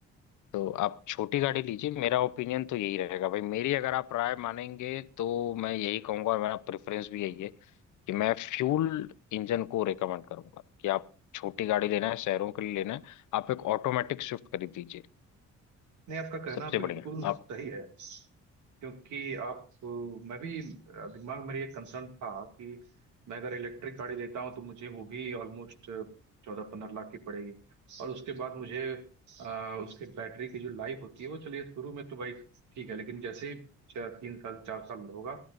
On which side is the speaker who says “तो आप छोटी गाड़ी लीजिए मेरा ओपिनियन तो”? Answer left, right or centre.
Left